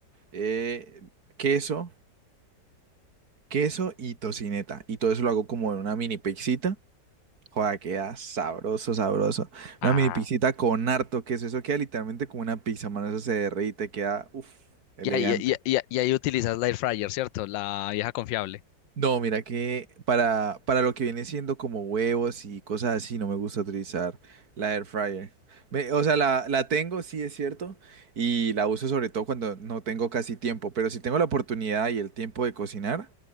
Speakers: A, on the right (about 55°); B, on the left (about 90°).
A: eh, queso, queso y tocineta. Y todo eso lo hago como en una mini pizzita. Joda, queda sabroso, sabroso.
B: Ah.
A: Una mini pizzita con harto queso. Eso queda literalmente como una pizza, mano. Eso se derrite, queda, uff, elegante.
B: Y ahí, y, ahí y ahí- y ahí utilizas la air fryer, ¿cierto? La vieja confiable.
A: No, mira que para, para lo que viene siendo como huevos y cosas así, no me gusta utilizar la air fryer. Me- o sea, la, la tengo, sí es cierto, y la uso sobre todo cuando no tengo casi tiempo, pero si tengo la oportunidad y el tiempo de cocinar,